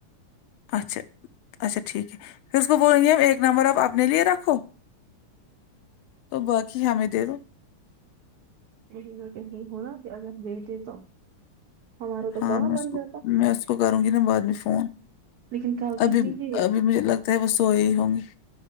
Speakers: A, on the left; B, on the right.
A: اچھا اچھا ٹھیک ہے اس کو بولے گے ایک نمبر آپ اپنے لیے رکھو تو باقی ہمیں دے دو
B: ادھر کہ نہیں ہوناا کہ اگر دیکھتے تو ہمارا تو
A: ہاں
B: کام
A: میں
B: من
A: اس کو
B: جاتا
A: میں اس کو کروں گی نا بعد میں فون
B: لیکن کل
A: ابھی
B: کتنی دیر
A: ابھی مجھے لگتا ہے وہ سوئے ہی ہوں گی